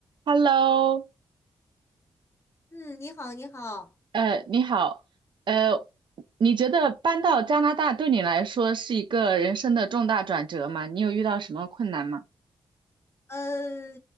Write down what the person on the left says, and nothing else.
嗯，你好，你好，
呃，